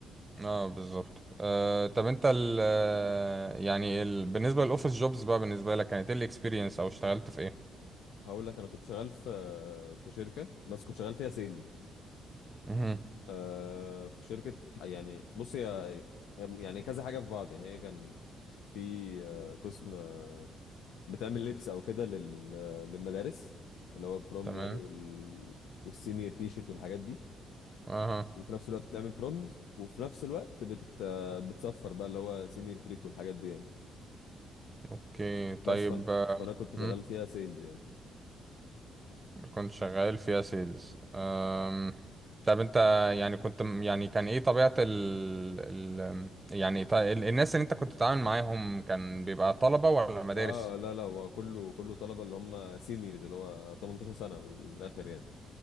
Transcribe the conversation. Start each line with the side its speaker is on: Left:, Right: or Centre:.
Right: اه بالظبط آه طب انت ال آه، يعني ال بالنسبة للاوفيس جوبز بقى بالنسبة لك كانت ايه الاكسبيرينس او اشتغلت في ايه؟
Left: هقول لك انا كنت شغال في في شركه بس كنت شغال فيها سيلز
Right: مهم.
Left: آه في شركة يعني بص هي هي- يعني كذا حاجة في بعض يعني هي كان في آه قسم آه بتعمل لبس أو كده لل- آه، للمدارس اللي هو بروم
Right: تمام
Left: يعني وال والسينيور تي شيرت والحاجات دي
Right: اها
Left: وفي نفس الوقت بتعمل برومز وفي نفس الوقت بت آه، بتصفر بقى اللي هو سينيور تريب والحاجات دي يعني
Right: اوكي طيب
Left: بس فانا
Right: آم،
Left: فانا كنت شغال
Right: مم،
Left: فيها سيلز يعني
Right: كنت شغال فيها سيلز أم. طب انت يعني كنت يعني كان ايه طبيعة ال, ال... يعني ط- ال... الناس اللي انت كنت بتتعامل معاهم كان بيبقى طلبة ولا مدارس؟
Left: اه لا لا هو كله كله طلبة اللي هم سينيورز اللي هو 18 سنة من الآخر يعني